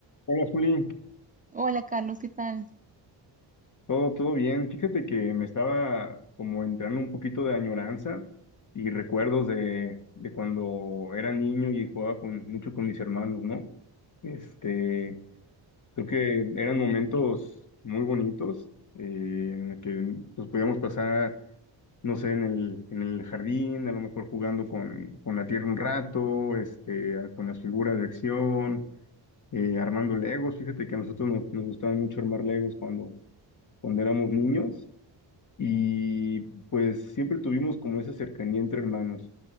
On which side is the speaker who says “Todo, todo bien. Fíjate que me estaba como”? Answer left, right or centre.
Left